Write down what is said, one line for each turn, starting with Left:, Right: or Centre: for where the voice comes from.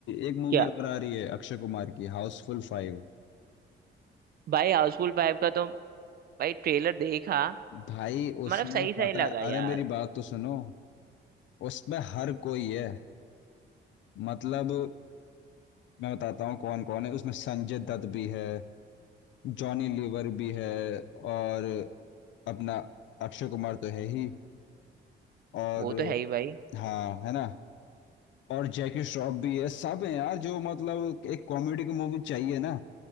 Left: एक मूवी
Right: क्या
Left: और आ रही है अक्षय कुमार की हाउसफुल फाइव
Right: भाई हाउसफुल फाइव का तो भाई ट्रेलर देखा
Left: भाई उसमें
Right: मतलब सही सही
Left: पता
Right: लगा
Left: है
Right: यार
Left: अरे मेरी बात तो सुनो उसमें हर कोई है मतलब मैं बताता हूँ कौन कौन है उसमें संजय दत्त भी है जॉनी लीवर भी है और अपना अक्षय कुमार तो है ही और
Right: वो तो है ही भाई
Left: हाँ है ना और जैकी श्रॉफ भी है सब है यार जो मतलब एक कॉमेडी की मूवी चाहिए ना